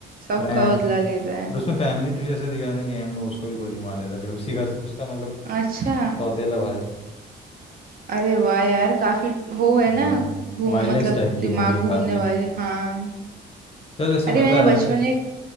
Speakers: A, on the right; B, on the left.
A: सबका
B: फ्रेंड
A: बदला लेता है
B: और उसमें फैमिली टू जैसा दिखाया ना कि एंड में उसको भी गोली मार देता है फिर उसी का उसका मतलब
A: अच्छा
B: सौतेला भाई
A: अरे वाह यार काफी वो है
B: हम्म
A: ना घूम
B: वायलेंस
A: मतलब
B: टाइप की
A: दिमाग
B: मूवी है
A: घूमने
B: काफ़ी
A: वाली हाँ
B: चल वैसे
A: अरे
B: मज़ा
A: मैंने
B: आया
A: बचपन
B: वैसे
A: में एक-